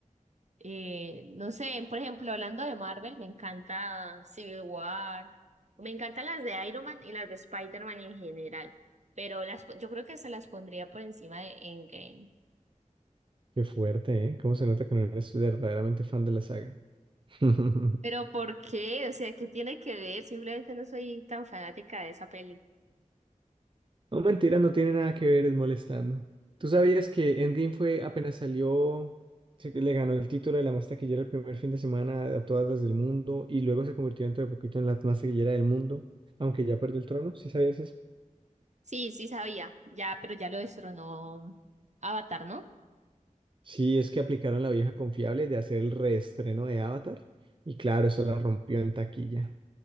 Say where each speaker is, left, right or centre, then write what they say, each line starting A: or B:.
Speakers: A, on the right; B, on the right.
A: Eh, no sé, por ejemplo, hablando de Marvel, me encanta Civil War, me encantan las de Iron Man y las de Spider-Man en general, pero las, yo creo que se las pondría por encima de Endgame.
B: qué fuerte, ¿eh? ¿Cómo se nota que no eres verdaderamente fan de la saga? <laughs>
A: Pero ¿por qué? O sea, ¿qué tiene que ver? Simplemente no soy tan fanática de esa peli.
B: No, mentira, no tiene nada que ver, es molestando. ¿Tú sabías que Endgame fue apenas salió, se- le ganó el título de la más taquillera el primer fin de semana a todas las del mundo y luego se convirtió dentro de poquito en la más taquillera del mundo, aunque ya perdió el trono? ¿Sí sabías eso?
A: Sí, sí sabía, ya, pero ya lo destronó Avatar, ¿no?
B: Sí, es que aplicaron la vieja confiable de hacer el reestreno de Avatar y claro, eso la rompió en taquilla.